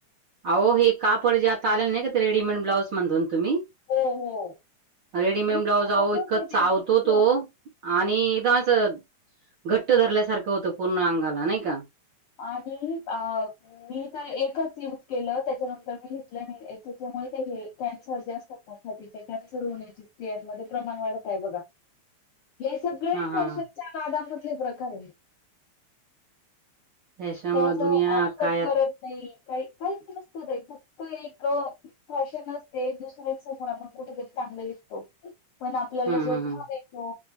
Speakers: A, on the right; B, on the left.
A: अहो हे कापड ज्या आत आले नाही का ते रेडीमेड ब्लाउज म्हणतन तुम्ही
B: हो हो
A: रेडीमेड
B: इतके
A: ब्लाऊज अहो
B: बोगस
A: इतकं
B: आहे ते
A: चावतो
B: एकदम
A: तो आ आणि एकदमच घट्ट धरल्यासारखं होतं पूर्ण अंगाला नाही का
B: आणि अ मी तर एकच यूज केलं त्याच्यानंतर मी घेतलं नाही त्याच्यामुळे ते हे कॅन्सर जे असतात ना छातचे कॅन्सर होण्याचे से मध्ये प्रमाण वाढत आहे बघा हे सगळे
A: हा हा
B: फॅशनच्या नादामध्ये प्रकारे.
A: त्याच्यामुळे
B: त्याच
A: दुनिया
B: <unintelligible>
A: काय आता.
B: करत नाही. काही काहीच नसत का फक्त एक फॅशन असते, दुसऱ्यां समोर आपण कुठेतरी चांगलं दिसतो. पण आपल्याला
A: हम्म
B: जो
A: हम्म
B: घाव
A: हम्म
B: येतो